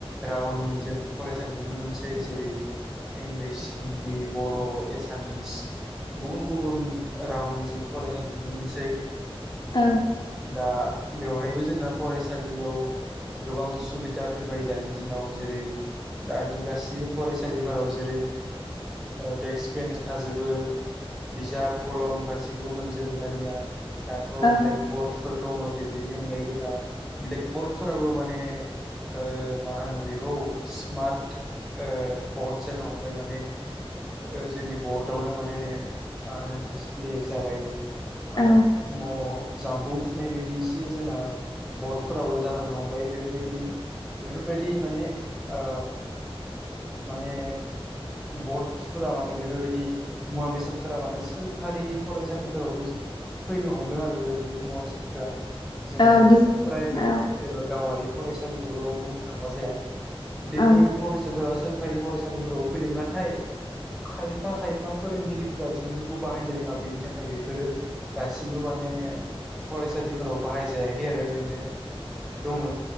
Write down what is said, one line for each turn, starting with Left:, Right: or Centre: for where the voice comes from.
Centre: रावनि जों फरायसालि नुनो मोनसै जेरै इंलिस हिन्दी बर' एसामिस गुबुन-गुबुन रावनि जों फरायसालि नुनो मोनसै।
Left: औ
Centre: दा बेवहायबो जोंना फरायसालियाव गोबां सुबिदा फैबाय दानि दिनाव जेरै दानि गासिबो फरायसालिफोराव जेरै ओ देक्स बेन्स थाजोबो। बिजाब कलम गासैखौबो मोनजोबो दानिया। दाथ'
Left: औ
Centre: ब्लेकबर्डफोर दङो। बेनि अनगायैबो दा ब्लेकबर्डफोराबो माने ओ मा होनो बेखौ स्मार्ट। बर्ड जानो हमबाय माने ओ जोंनि बर्डआवनो माने मा होनोना दिसप्ले जाबाय माने
Left: औ
Centre: अ जामबुं फुनाय बायदि एसे जोंना बर'फोराबो जालांनो हमबाय बेफोरबायदि बेफोरबायदि माने ओ माने बर्डफोरा माने बेफोरबायदि मुवा बेसादफोरा माने सोरखारि फरायसालिफोरावबो फैनो हमदों आरो बेबायदि मुवा बेसादफोरा जोंङो
Left: औ डिजिटेल
Centre: प्राइभेट
Left: औ
Centre: एबा गावारि फरायसालिखौल' बुंनो थांबा जाया। बेफोरबायदि
Left: औ
Centre: मुवा बेसाफोरा सोर सरखारि फरायसालिफोरावबो फैदों। नाथाय खायफा-खायफा फोरोंगिरिफोरा <unintelligible> बिफोरखौ बाहायनो रोङा बेनि थाखाय बेसोरो दासिमबो माने फरायसालिफोराव बाहाय जायाखै आरो ओरैनो दङो।